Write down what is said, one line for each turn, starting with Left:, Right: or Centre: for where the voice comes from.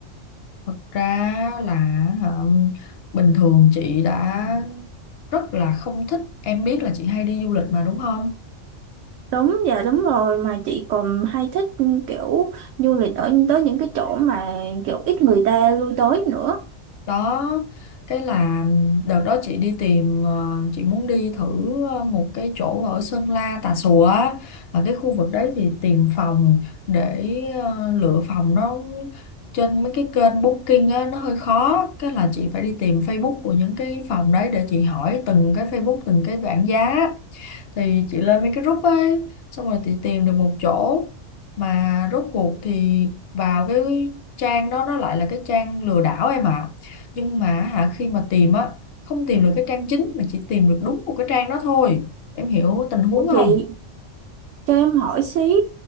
Left: Thật ra là hả, bình thường chị đã rất là không thích em biết là chị hay đi du lịch mà đúng không
Right: đúng dạ đúng rồi mà chị còn hay thích ừ, kiểu du lịch ở tới những cái chỗ mà kiểu ít người ta lui tới nữa
Left: đó cái là đợt đó chị đi tìm ờ, chị muốn đi thử ờ, một cái chỗ ở Sơn La Tà Xùa á và cái khu vực đấy thì tìm phòng để ờ, lựa phòng nó trên mấy cái kênh booking á, nó hơi khó cái là chị phải đi tìm Facebook của những cái phòng đấy để chị hỏi từng cái Facebook từng cái bảng giá thì chị lên mấy cái group ấy xong rồi chị tìm được một chỗ mà rốt cuộc thì vào cái trang đó nó lại là cái trang lừa đảo em ạ nhưng mà hả khi mà tìm á không tìm được cái trang chính mà chỉ tìm được đúng một cái trang đó thôi em hiểu tình huống
Right: Ủa
Left: không
Right: chị cho em hỏi xí